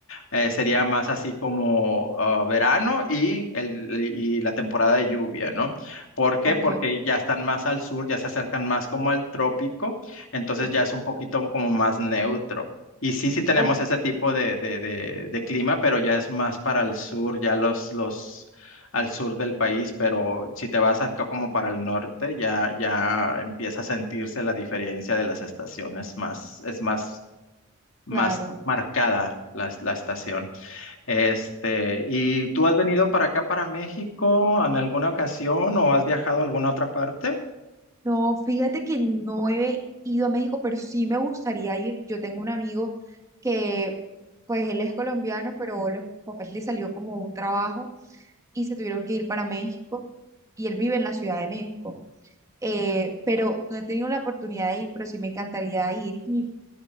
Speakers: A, on the left; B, on the right.
A: eh, sería más así como ah, verano y, el, y la temporada de lluvia, ¿no? ¿Por qué?
B: ok,
A: Porque ya están más al sur, ya se acercan más como al trópico, entonces
B: ok,
A: ya es un poquito como más neutro. Y sí, sí tenemos
B: ok,
A: ese tipo de, de, de, de clima, pero ya es más para el sur, ya los, los al sur del país, pero si te vas acá como para el norte, ya, ya empieza a sentirse la diferencia de las estaciones más, es más, más
B: claro.
A: marcada la, la estación. Este, ¿y tú has venido para acá, para México, en alguna ocasión o has viajado a alguna otra parte?
B: No, fíjate que no he ido a México, pero sí me gustaría ir. Yo tengo un amigo que, pues él es colombiano, pero los papás le salió como un trabajo y se tuvieron que ir para México y él vive en la Ciudad de México. Eh, pero no he tenido la oportunidad de ir, pero sí me encantaría ir. Y